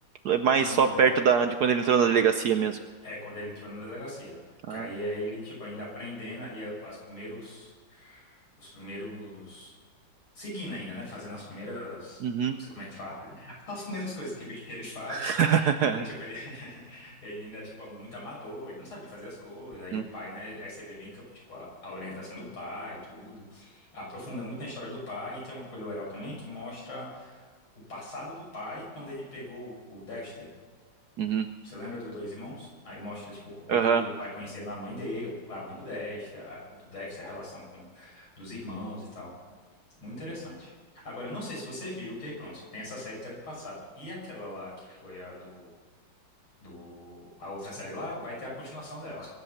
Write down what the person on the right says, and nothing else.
é mais
só
perto
da, de quando ele entrou na delegacia mesmo?
Ah.
Uhum.
<laughs>
Uhum.
Uhum.
Aham.